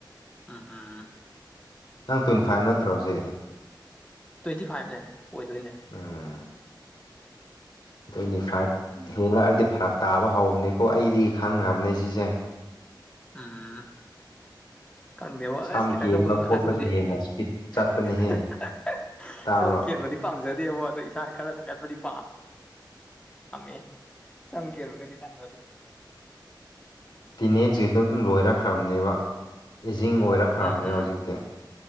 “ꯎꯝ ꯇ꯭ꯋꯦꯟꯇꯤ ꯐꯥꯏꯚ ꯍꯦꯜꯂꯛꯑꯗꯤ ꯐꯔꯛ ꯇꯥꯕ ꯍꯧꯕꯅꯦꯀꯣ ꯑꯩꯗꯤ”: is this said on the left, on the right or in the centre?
Left